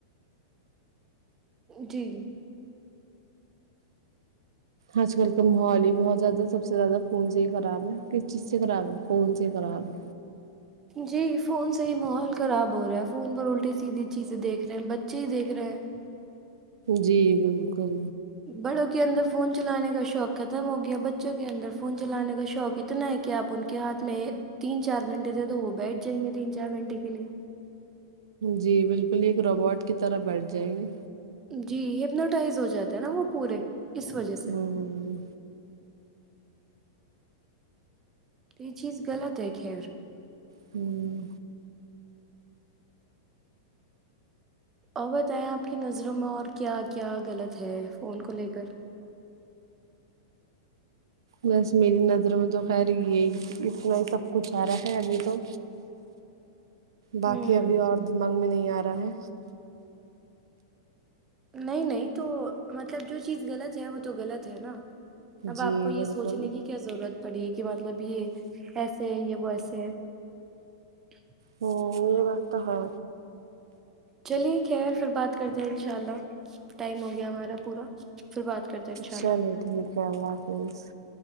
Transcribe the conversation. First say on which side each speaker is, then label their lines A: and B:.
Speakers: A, on the right; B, on the right.
A: جی۔
B: آج کل تو ماحول ہی بہت زیادہ سب سے زیادہ فون سے ہی خراب ہے کس چیز سے خراب ہے فون سے ہی خراب ہے۔
A: جی فون سے ہی ماحول خراب ہو رہا ہے فون پر الٹی سیدھی چیزیں دیکھ رہے ہیں بچے ہی دیکھ رہے ہیں۔
B: جی بالکل۔
A: بڑوں کے اندر فون چلانے کا شوق ختم ہو گیا بچوں کے اندر فون چلانے کا شوق اتنا ہے کہ آپ ان کے ہاتھ میں تین چار گھنٹے دے دو وہ بیٹھ جائیں گے تین چار گھنٹے کے لیے۔
B: جی بالکل ایک روبوٹ کی طرح بیٹھ جائےیں گے۔
A: جی ہپنوٹائز ہو جاتا ہے نا وہ پورے۔ اس وجہ سے
B: ہوں۔
A: یہ چز غلط ہے خیر۔
B: ہوں۔
A: اور بتائیں آپ کی نظروں میں اور کیا کیا غلط ہے فون کو لے کر۔
B: بس میری نظروں میں تو خیر یہی اتنا ہی سب کچھ رہا ہے۔ ہے ابھی تو باقی
A: ہوں
B: ابھی اور دماغ میں نہیں آ رہا ہے۔
A: نہیں نہیں تو مطلب جو چیز غلط ہے وہ تو غلط ہے نا۔ اب
B: جی
A: آپ کو یہ
B: بالکل
A: سوچنے کی کیا ضرورت پڑی ہے کہ مطلب یہ ایس۔ <unintelligible>
B: ہوں یہ بات تو ہے۔
A: چلیے خیر پھر بات کرتے ہیں ان شاء اللہ ٹائم ہو گیا ہمارا پورا پھر بات۔ کرتے ہیں انشاء
B: چلیے
A: اللہ
B: ٹھیک ہے اللہ حافظ